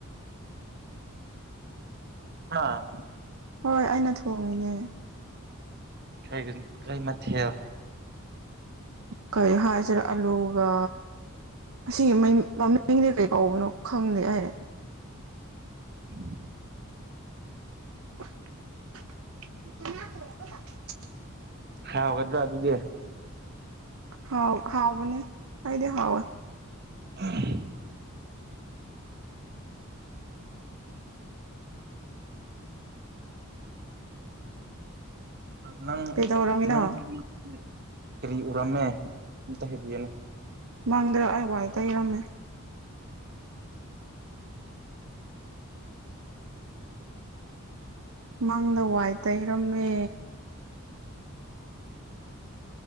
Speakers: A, on the right; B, on the right.
A: ꯍꯥꯥ
B: ꯍꯣꯏ ꯑꯩꯅ ꯊꯣꯡꯉꯤꯅꯦ
A: ꯀ ꯀꯩ ꯃꯊꯦꯜ
B: ꯀꯔꯤ ꯍꯥꯏꯁꯤꯔꯦ ꯑꯂꯨꯒ ꯑꯁꯤꯒꯤ ꯃꯃꯤꯡꯗꯤ ꯀꯩ ꯀꯧꯕꯅꯣ ꯈꯪꯗꯦ ꯑꯩ
A: <inaudible>
B: <unintelligible>
A: ꯍ ꯍꯧꯒꯗ꯭ꯔ ꯑꯗꯨꯗꯤ
B: ꯍꯥꯎ ꯍꯥꯎꯕꯅꯦ ꯑꯩꯗꯤ ꯍꯥꯎꯋꯦ
A: ꯑ ꯅꯪ
B: ꯀꯩꯗꯧꯔꯝꯃꯤꯅꯣ
A: ꯅꯪꯒꯤ ꯃꯤ ꯀꯔꯤ ꯎꯔꯝꯃꯦ ꯑꯝꯇ ꯍꯥꯏꯕꯤꯌꯨꯅꯤ
B: ꯃꯪꯗ꯭ꯔ ꯑꯩ ꯋꯥꯏ ꯇꯩꯔꯝꯃꯦ ꯃꯪꯗ ꯋꯥꯏ ꯇꯩꯔꯝꯃꯦ